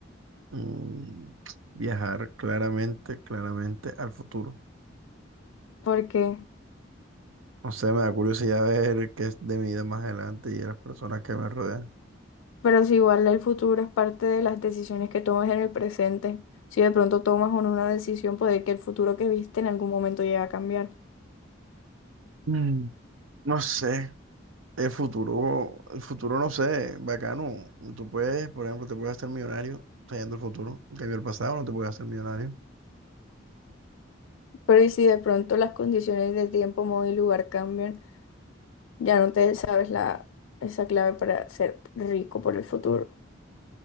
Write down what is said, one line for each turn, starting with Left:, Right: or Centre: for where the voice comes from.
Right: Mm, viajar claramente, claramente al futuro.
Left: porque
Right: No sé, me da curiosidad ver qué es de mi vida más adelante y de las personas que me rodean.
Left: Pero si igual el futuro es parte de las decisiones que tomas en el presente, si de pronto tomas un- una decisión, puede que el futuro que viste en algún momento llegue a cambiar.
Right: Mm, No sé, el futuro, el futuro no sé, bacano. Tú puedes, por ejemplo, te puedes hacer millonario trayendo el futuro. En cambio, el pasado no te puedes hacer millonario.
Left: Pero y si de pronto las condiciones de tiempo, modo y lugar cambian, ya no te sabes la, esa clave para ser rico por el futuro.